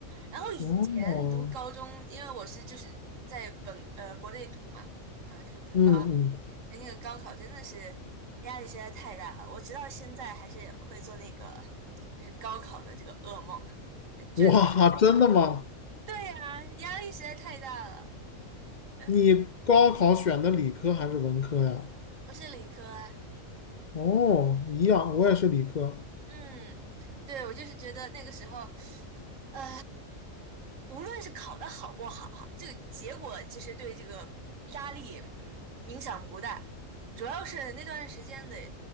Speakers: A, on the right; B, on the left.
A: 然后以前读高中，
B: 哦，
A: 因为我是就是在本呃国内读嘛，然后就是普高嘛，
B: 嗯嗯，
A: 就那个高考真的是压力实在太大了，我直到现在还是会做那个就是高考的这个噩梦，就卷子没答完。
B: 哇，真的吗？
A: 对呀，压力实在太大了。呃，
B: 你高考选的理科还是文科呀？
A: 我是理科啊，
B: 哦，一样，我也是理科。
A: 嗯，对，我就是觉得那个时候，呃。无论是考得好不好哈，这个结果其实对这个压力嗯影响不大，主要是那段时间的